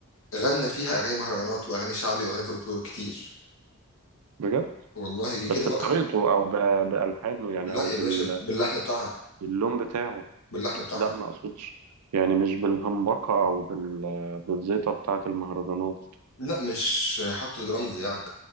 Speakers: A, on the left; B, on the right.
A: غنى فيها اغاني مهرجانات واغاني شعبي واغاني فولكلور كتير
B: بجد
A: والله جه كده
B: بس
A: بقى
B: بطريقته أو ب... بألحانه يعني
A: لا
B: أو
A: يا
B: بال...
A: باشا باللحن بتاعها
B: باللون بتاعه
A: باللحن بتاعها
B: لا ما أقصدش يعني مش بالهمبقة أو بال... بالزيطة بتاعة المهرجانات
A: لا مش حط درامز يعني